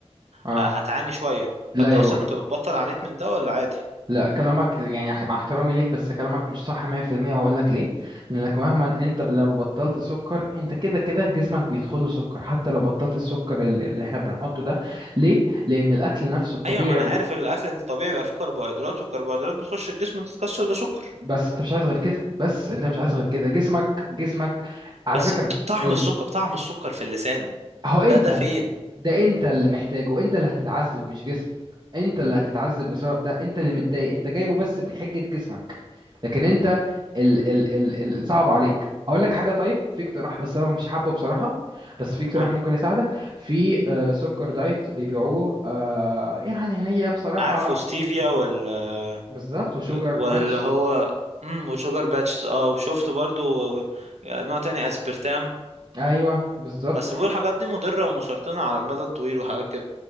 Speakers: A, on the right; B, on the right.
A: اه
B: آه، هتعاني شوية
A: لا
B: فأنت
A: يا
B: أصلا
A: بابا
B: أنت بتبطل عانيت من ده ولا عادي؟
A: لا كلامك يعني مع احترامي ليك بس كلامك مش صح 100% وهقول لك ليه لانك مهما انت ب- لو بطلت سكر انت كده كده جسمك بيدخل له سكر حتى لو بطلت السكر ال- اللي احنا بنحطه ده ليه لان الاكل نفسه الطبيعي
B: ايوه ما انا عارف الاكل الطبيعي بيبقى فيه كربوهيدرات والكربوهيدرات بتخش الجسم تتكسر لسكر
A: بس انت مش عايز غير كده بس انت مش عايز غير كده جسمك جسمك على
B: بس
A: فكرة
B: طعم
A: قول
B: السكر طعم السكر في اللسان
A: هو انت
B: ده ده فين
A: ده انت اللي محتاجه انت اللي هتتعذب مش جسمك انت اللي هتتعذب بسبب ده انت اللي متضايق انت جايبه بس بحجة جسمك لكن انت ال ال ال ال صعب عليك هقول لك حاجة طيب في اقتراح بس انا مش حابه بصراحة بس في اقتراح
B: قول
A: ممكن يساعدك في آه، سكر دايت بيبيعوه آه، يعني هي بصراحة
B: عارف وستيفيا وال آه،
A: بالظبط وشوجر
B: واللي
A: ماتش
B: هو امم وشوجر باتشز اه وشفت
A: مم.
B: برضو نوع تاني اسبرتام
A: ايوه بالظبط
B: بس بيقولوا الحاجات دي مضرة ومسرطنة على المدى الطويل وحاجات كده